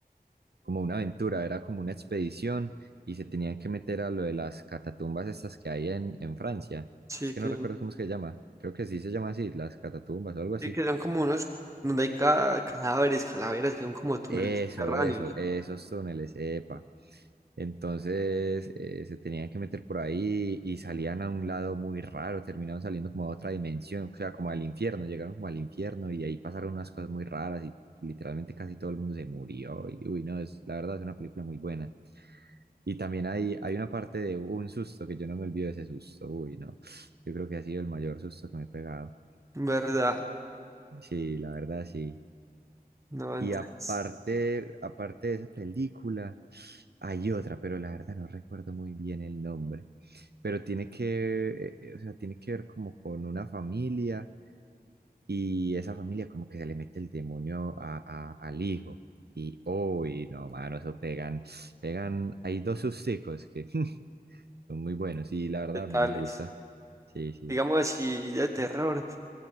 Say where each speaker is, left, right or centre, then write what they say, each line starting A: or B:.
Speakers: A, on the right; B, on the right.
A: como una aventura, era como una expedición y se tenían que meter a lo de las catatumbas estas que hay en, en Francia.
B: Sí,
A: Es que
B: que
A: no recuerdo
B: son,
A: cómo es que se llama. Creo que sí se llama así, las catatumbas o algo así.
B: sí, que son como unos donde hay ca- cadáveres, calaveras, que son como túneles
A: Eso,
B: subterráneos.
A: eso, esos túneles, epa. Entonces eh, se tenían que meter por ahí y salían a un lado muy raro, terminaron saliendo como a otra dimensión, o sea, como al infierno, llegaron como al infierno y ahí pasaron unas cosas muy raras y literalmente casi todo el mundo se murió. Y, uy, no, es, la verdad es una película muy buena. Y también hay, hay una parte de un susto que yo no me olvido de ese susto, uy, no, yo creo que ha sido el mayor susto que me he pegado.
B: ¿Verdad?
A: Sí, la verdad, sí.
B: No,
A: Y
B: entonces,
A: aparte, aparte de esa película, hay otra, pero la verdad no recuerdo muy bien el nombre. Pero tiene que, eh, eh, o sea, tiene que ver como con una familia y esa familia como que se le mete el demonio a, a- al hijo. Y uy no, mano, eso pegan, pegan, hay dos susticos que <laughs> son muy buenos y la verdad a mí
B: tales.
A: me gusta. Sí, sí.
B: Digamos así, de terror.